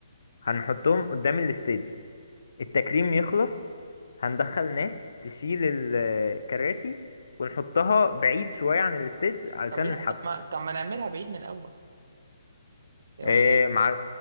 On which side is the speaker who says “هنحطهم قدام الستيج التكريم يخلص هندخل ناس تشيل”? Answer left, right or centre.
Left